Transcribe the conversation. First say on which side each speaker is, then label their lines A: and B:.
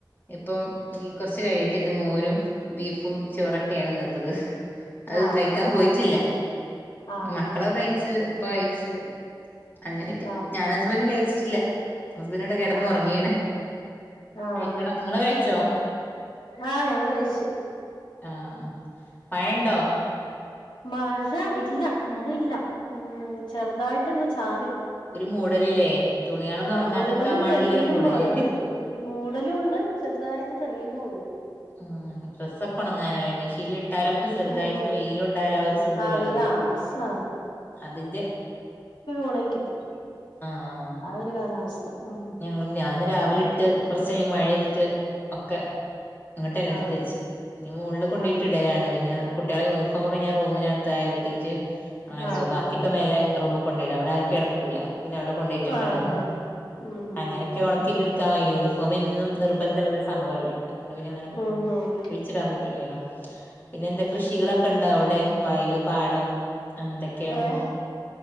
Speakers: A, on the left; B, on the left.
A: ഇപ്പം ഇ കുറച്ച് കഴിഞ്ഞിട്ട് ഇത് മോരും ബീഫും ചോറൊക്കെയാണ് നിത്തത് അത്
B: ആഹ്
A: കഴിക്കാൻ പോയിട്ടില്ല
B: ആഹ്
A: മക്കളെക്കെ
B: ആഹ്
A: കഴിച്ച് ഇപ്പ കഴിച്ച അങ്ങനെയൊക്കെ
B: ആഹ്
A: ഞാൻ ഹസ്ബൻറും കഴിച്ചിട്ടില്ല ഹസ്ബൻഡ് കിടന്ന്റങ്ങീണ്
B: ആഹ് ആഹ്
A: കഴിക്കണം ഇങ്ങള് കഴിച്ചോ
B: ആഹ് ഞങ്ങള് കയിിച്ചു
A: ആഹ മഴ ണ്ടോ
B: മഴ ഇല്ല മഴയില്ല ഉം ചെറുതായിട്ടൊന്ന് ചാറി
A: ഒരു മൂടലില്ലേ തുണികളൊന്നും
B: ആ്
A: ഉണങ്ങാതെക്കാൻ
B: മൂടലും
A: വേണ്ടിയുള്ള
B: തെളിയിലും
A: ഒരു മൂടല്
B: പോലെ ആ മൂടലും ഉണ്ട് ചെറുതായിട്ട് തെളിഴുന്നു ണ്ട്
A: ഉ ഡ്രസ്സൊക്കെ ഉണങ്ങാനല്ലേ മെഷീൻല് ഇട്ടാല നമുക്ക് ചെറുതായിട്ടൊന്ന്
B: ഉം
A: വെയിലുണ്ടായാല ആ ഒരു സുഖള്ളൂ
B: ആഹ് വെയില് ആഹ്
A: അതിന്റെ
B: ഒണങ്ങികിട്ടും
A: ആഹ്
B: ആ ഒരു കാലാവസ്ഥ ഉം
A: ഞങ്ങൾ ഞാന്ന് രാവിലെ ഇട്ട് കുറച്ച കഴിഞ്ഞ് മഴെയ്തിട്ട് ഒക്കെ അങ്ങോട്ട് തന്നെ എടുത്തച്ചു
B: ആഹ്
A: ഇനി മോളില് കൊണ്ടയിട്ട്
B: ആഹ്
A: ഇടലാണ് പിന്നെ കുട്ടികളെ യൂണിഫോമൊക്കെ ഞാ റൂമിനത്തയല്ടീറ്റ് അങ്ങനെടും
B: ആഹ്
A: ബാക്കിയൊക്കെ മേലെ റൂമികൊണ്ടോയിടും ഇടല അവിടാരും കെടക്കൂല പിന്നെ അവ്ടെകൊണ്ടോയിട്ടൊക്കെ
B: ആഹ്
A: ഇടല
B: ആഹ് ഉം ഉം
A: അങ്ങനെയൊക്കെ ഉണക്കിെടക്കാൻ കയൂലെ യൂണിഫോം ഫോംഎന്നും നിർബന്ധമള്ളരു സംഭവം അല്ലേ അതുകൊണ്ട് പിന്നെ അങ്ങനെ
B: ഉം ഉം
A: ഒഴി ച്ചിടാൻ പറ്റൂലല്ലോ പിന്നെ എന്താ കൃഷികളൊക്കെ ഉണ്ടോ അവിടെ വയല് പാടം എന്തൊക്കെയാണ്
B: ഏഹ്